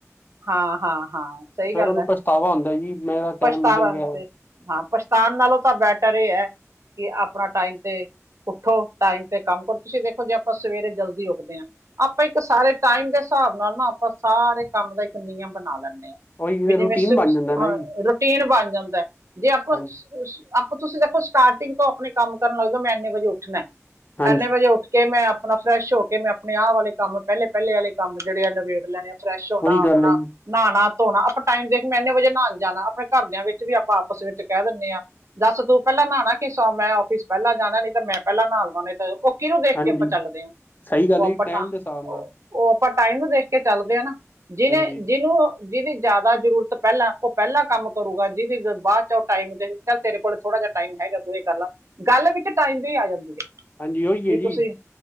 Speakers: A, on the right (about 65°); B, on the left (about 35°).
A: ਹਾਂ ਹਾਂ ਹਾਂ ਸਹੀ
B: ਫੇਰ
A: ਗੱਲ
B: ਉਹਨੂੰ
A: ਐ,
B: ਪਛਤਾਵਾ ਹੁੰਦਾ ਜੀ ਮੇਰਾ
A: ਪਛਤਾ
B: ਟਾਈਮ ਨਿਕਲ
A: ਵਾਸਤੇ
B: ਗਿਆ
A: ਹਾਂ, ਪਛਤਾਣ ਨਾਲੋਂ ਤਾਂ ਬੈਟਰ ਇਹ ਐ ਕਿ ਆਪਣਾ ਟਾਈਮ ਤੇ ਉੱਠੋ, ਟਾਈਮ ਤੇ ਕੰਮ ਕਰੋ, ਤੁਸੀਂ ਦੇਖੋ ਜੇ ਆਪਾਂ ਸਵੇਰੇ ਜਲਦੀ ਉੱਠਦੇ ਆ। ਆਪਾਂ ਇੱਕ ਸਾਰੇ ਟਾਈਮ ਦੇ ਹਿਸਾਬ ਨਾਲ ਨਾ ਆਪਾਂ ਸਾਰੇ ਕੰਮ ਦਾ ਇੱਕ ਨਿਯਮ ਬਣਾ ਲੈਣੇ ਆ।
B: ਉਹੀ
A: ਵੀ ਜਿਵੇਂ
B: ਰੂਟੀਨ
A: ਸ
B: ਬਣ ਜਾਂਦਾ ਨਾ
A: ਹਾਂ
B: ਜੀ
A: ਰੂਟੀਨ ਬਣ ਜਾਂਦਾ ਜੇ ਆਪਾਂ
B: ਹਾਂਜੀ
A: ਆਪਾਂ ਤੁਸੀਂ ਦੇਖੋ ਸਟਾਰਟਿੰਗ ਤੋਂ ਆਪਣੇ ਕੰਮ ਕਰਨ ਲੱਗ ਜੋ, ਮੈਂ ਐਨੇ ਵਜੇ ਉੱਠਣਾ,
B: ਹਾਂਜੀ
A: ਐਨੇ ਵਜੇ ਉੱਠ ਕਿ ਮੈਂ ਆਪਣਾ ਫਰੈਸ਼ ਹੋ ਕੇ, ਮੈਂ ਆਪਣੇ ਆਹ ਵਾਲੇ ਕੰਮ ਪਹਿਲੇ-ਪਹਿਲੇ ਆਲੇ ਕੰਮ ਜਿਹੜੇ ਆ ਨਿਬੇੜ ਲੈਣੇ ਆ, ਫਰੈਸ਼
B: ਉਹੀ
A: ਨਾ ਆਪਣਾ
B: ਗੱਲ ਹੈ ਜੀ
A: ਨਾਹਾਣਾ, ਧੋਣਾ ਆਪਾਂ ਟਾਈਮ ਦੇਖ ਮੈਂ ਐਨੇ ਵਜੇ ਨਹਾਣ ਜਾਣਾ, ਆਪਣੇ ਘਰਦਿਆਂ ਵਿੱਚ ਵੀ ਆਪਾਂ ਆਪਸ ਵਿੱਚ ਕਹਿ ਦਿੰਨੇ ਆ ਦੱਸ ਤੂੰ ਪਹਿਲਾਂ ਨਹਾਣਾ ਕਿ ਸੌ ਮੈਂ ਓਫਿਸ ਪਹਿਲਾਂ ਜਾਣਾ ਨੀ ਤੇ ਮੈਂ ਪਹਿਲਾਂ ਨਹਾ ਲਵਾ, ਨਈ ਤੇ ਉਹ ਕਿਹਨੂੰ ਦੇਖ
B: ਹਾਂਜੀ
A: ਕੇ, ਆਪਾਂ ਚੱਲਦੇ ਆ,
B: ਸਹੀ ਗੱਲ
A: ਉਹ
B: ਹੈ
A: ਆਪਾਂ
B: ਜੀ ਟਾਈਮ ਦੇ ਹਿਸਾਬ ਨਾਲ
A: ਉਹ ਆਪਾਂ ਟਾਈਮ ਨੂੰ ਦੇਖ ਕੇ ਚੱਲਦੇ ਆ ਨਾ, ਜਿਹਨੇ
B: ਹਾਂਜੀ
A: ਜਿਹਨੂੰ ਜਿਹਦੀ ਜ਼ਿਆਦਾ ਜ਼ਰੂਰਤ ਪਹਿਲਾਂ, ਉਹ ਪਹਿਲਾਂ ਕੰਮ ਕਰੂਗਾ ਜਿਹਦੀ ਬਾਅਦ ਚ ਉਹ ਟਾਈਮ ਦੇ ਚੱਲ ਤੇਰੇ ਕੋਲ ਥੋੜਾ ਜਹਾ ਟਾਈਮ ਹੈਗਾ, ਤੂੰ ਇਹ ਕਰ ਲਾ ਗੱਲ ਵਿੱਚ ਟਾਈਮ ਦੀ ਆ ਜਾਂਦੀ ਐ।
B: ਹਾਂਜੀ ਉਹੀ
A: ਕੀ
B: ਹੈ
A: ਤੁਸੀਂ
B: ਜੀ